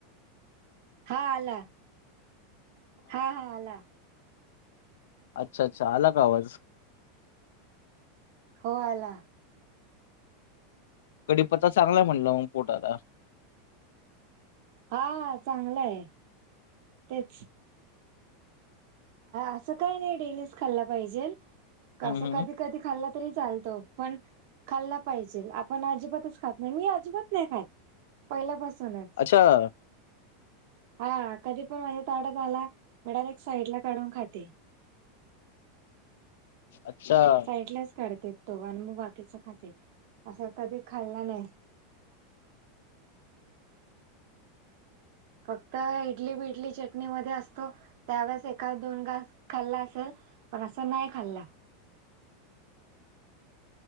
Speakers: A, on the right; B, on the left.
A: हा आला. हा हा आला.
B: अच्छा अच्छा आला का आवाज.
A: हो आला.
B: कडीपत्ता चांगलाय म्हणलं म पोटाला.
A: हा हा चांगलं आहे. तेच. असं काही नाही डेलीच खाल्ला पाहिजे
B: हम्म
A: असं
B: हम्म.
A: कधी. कधी खाल्ला तरी चालतो प न. खाल्ला पाहिजे आपण अजिबातच खात नाही मी अजिबात नाही खात पहिल्यापासूनच.
B: अच्छा.
A: हा कधी पण माझ्या तड्यात आला म्हड एक साईड ला काढून खाते
B: अच्छा
A: काढ तो आणि मग बाकीच खाते असं कधी खाल्ला नाही फक्त इडली बिडली चटणी मध्ये असतो त्यावेळेस एका दोन, घास खाल्ला असेल पण असं नाही खाल्ला